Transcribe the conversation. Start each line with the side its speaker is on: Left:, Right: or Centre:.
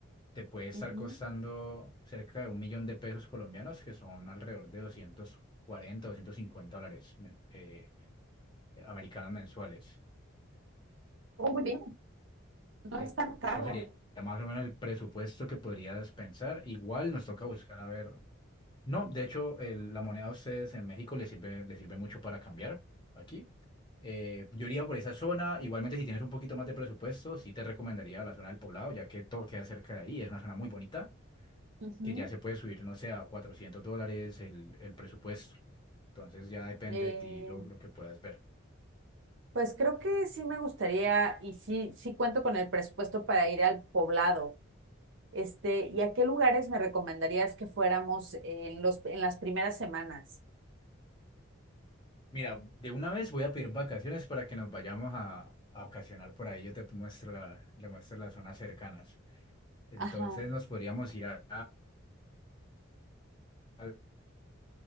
Left: te puede estar
Right: ujú,
Left: costando cerca de un millón de pesos colombianos, que son alrededor de doscientos 250 dólares men- eh, americanos mensuales.
Right: Oh, muy bien, no
Left: Eh,
Right: es tan caro.
Left: Eso sería más o menos el presupuesto que podrías pensar. Igual nos toca buscar a ver. No, de hecho, el- la moneda a ustedes en México les sirve, les sirve mucho para cambiar aquí. Eh, yo iría por esa zona. Igualmente, si tienes un poquito más de presupuesto, sí te recomendaría la zona del Poblado, ya que todo queda cerca de ahí. Es una zona muy bonita.
Right: ujú, ujú.
Left: que ya se puede subir, no sé, a 400 dólares el, el presupuesto. Entonces ya depende
Right: Eh,
Left: de ti lo, lo que puedas ver.
Right: pues creo que sí me gustaría y sí, sí cuento con el presupuesto para ir al poblado. Este, ¿y a qué lugares me recomendarías que fuéramos en los, en las primeras semanas?
Left: Mira, de una vez voy a pedir vacaciones para que nos vayamos a, a vacacionar por ahí. Yo te muestro la, le muestro las zonas cercanas. Entonces
Right: Ajá,
Left: nos podríamos ir a, a-